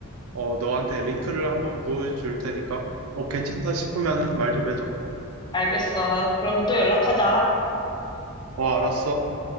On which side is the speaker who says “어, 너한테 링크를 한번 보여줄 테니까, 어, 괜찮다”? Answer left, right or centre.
Right